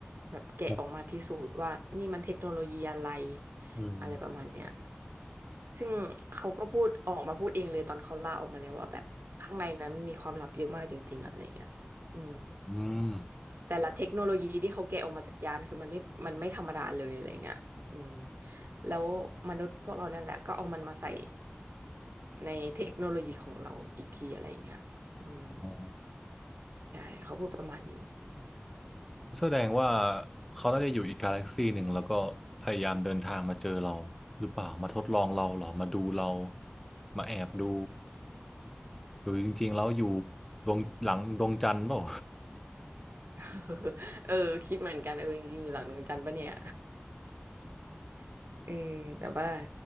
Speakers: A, on the right (about 65°); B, in the centre.
A: แบบแกะออกมาพิสูจน์ว่านี่มันเทคโนโลยีอะไร
B: ครับอืม
A: อะไรประมาณเนี้ยซึ่งเขาก็พูดออกมาพูดเองเลยตอนเขาล่าออกมาแล้วว่าแบบข้างในนั้นมันมีความลับเยอะมากจริงๆอะไรเงี้ยอืม
B: อืม
A: แต่ละเทคโนโลยีที่เขาแกะออกมาจากยานคือมันไม่มันไม่ธรรมดาเลยอะไรเงี้ยอืมแล้วมนุษย์พวกเรานั่นแหละก็เอามันมาใส่ในเทคโนโลยีของเราอีกทีอะไรเงี้ยอืม
B: อ๋อ
A: ใช่เขาพูดประมาณนี้
B: แสดงว่าเขาน่าจะอยู่อีกกาแล็กซีหนึ่งแล้วก็พยายามเดินทางมาเจอเราหรือเปล่ามาทดลองเราเหรอมาดูเรามาแอบดูหรือจริงๆแล้วอยู่ดวงหลังดวงจันทร์เปล่า
A: <laughs> เออคิดเหมือนกันเออจริงๆอยู่หลังดวงจันทร์ปะเนี่ย <laughs> เออแต่ว่า